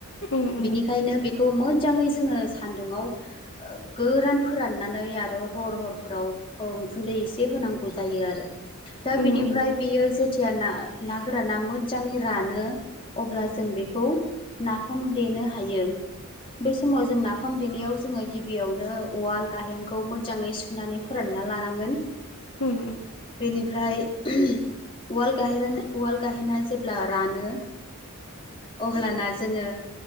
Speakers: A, on the left; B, on the left.
A: उम उम
B: बिनिखायनो बे खौ मोजाङै जोङो सान्दुङाव गोरान फोराननानै आरो हर हरफोराव औ उखुन्दै एसे होनांगौ जायो आरो दा
A: उम
B: बिनिफ्राय
A: उम
B: बियो जेथिया ना ना गोराना मोजाङै रानो अब्ला जों बेखौ नाफाम देनो हायो बै समाव जों नाफाम देनायाव जोङो गिबियावनो उवाल गाहेनखौ मोजाङै सुनानै फोरान ना लानांगोन
A: उम उम
B: बेनिफ्राय उम उवाल गाहेन उवाल गाहेना जेब्ला रानो अब्लाना जोङो